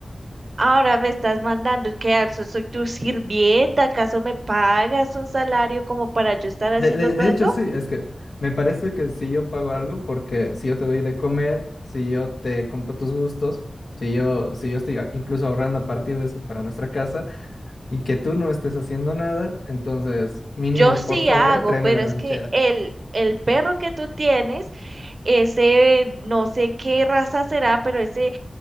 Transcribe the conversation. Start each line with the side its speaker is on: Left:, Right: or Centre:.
Right: Ahora me estás mandando que ¿acaso soy tu sirvienta, ¿acaso me pagas un salario como para yo estar haciendo
Left: De, de,
Right: todo
Left: de
Right: eso?
Left: hecho, sí, es que me parece que si yo pago algo, porque si yo te doy de comer, si yo te compro tus gustos, si yo, si yo estoy a- incluso ahorrando a partir de eso para nuestra casa. y que tú no estés haciendo nada, entonces mínimo,
Right: Yo sí
Left: por favor,
Right: hago,
Left: tráeme
Right: pero
Left: la lonchera.
Right: es que el, el perro que tú tienes, ese no sé qué raza será, pero ese